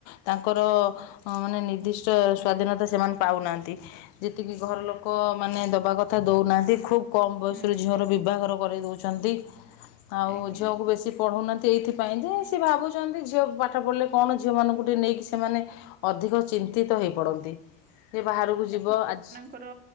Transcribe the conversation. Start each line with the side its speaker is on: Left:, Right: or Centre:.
Left: ତାଙ୍କର ମାନେ ନିର୍ଦ୍ଦିଷ୍ଟ ସ୍ଵାଧୀନତା ସେମାନେ ପାଉନାହାନ୍ତି। ଯେତିକି ଘର ଲୋକ ମାନେ ଦେବା କଥା ଦଉନାହନ୍ତି ଖୁବ୍ କ ବୟସରୁ
Right: ହୁଁ
Left: ଝିଅର ବିବାହର କରାଇ ଦେଉଛନ୍ତି। ଆଉ
Right: ଆଜ୍ଞା
Left: ଝିଅକୁ ବେଶୀ ପଢ଼ଉନାହାନ୍ତି ଏଇଥିପାଇଁ ଯେ ସିଏ ଭାବୁଛନ୍ତି ଝିଅ ପାଠ ପଢ଼ିଲେ କଣ ଝିଅମାନଙ୍କୁ ଟିକେଏ ନେଇକି ସେମାନେ- ଅଧିକ ଚିନ୍ତିତ ହେଇ ପଡନ୍ତି ଯେ ବାହାରକୁ ଯିବ ଆଜି
Right: ତାଙ୍କର